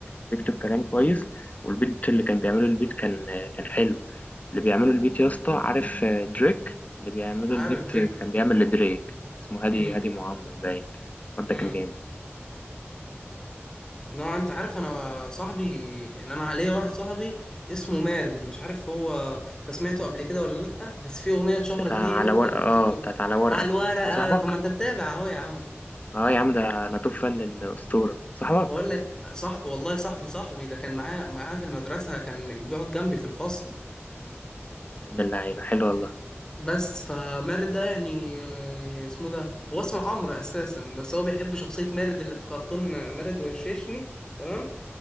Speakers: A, on the left; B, on the left.
A: بيكتب كلام كويس والبيت اللي كان بيعمله البيت كان كان حلو اللي بيعمله البيت يا اسطى عارف آه، دريك اللي بيعمله
B: عارف
A: البيت
B: دريك
A: آه، كان بيعمل لدريك اسمه هادي
B: امم
A: هادي معمر باين الواد
B: امم
A: ده كان جامد
B: نوع انت عارف انا صاحبي يعني انا عليا واحد صاحبي اسمه مارد مش عارف هو انت سمعته قبل كده ولا لا بس في اغنية اتشهرت
A: بتاع على
B: ليه قوي
A: ورقة
B: كده على
A: اه
B: التيك توك
A: بتاعت على ورقة
B: على الورقة
A: آه، صاحبك
B: طب ما انت متابع اهو يا عم
A: اه يا عم ده انا توب فان للأسطورة صاحبك
B: بقول لك صاحبي والله صاحبي صاحبي ده كان معايا معايا في المدرسة كان بيقعد جنبي في الفصل
A: ابن اللعيبة حلو والله
B: بس فمارد ده يعني آه، اسمه ده هو اسمه عمرو اساسا بس هو بيحب شخصية مارد اللي في كرتون مارد وششني تمام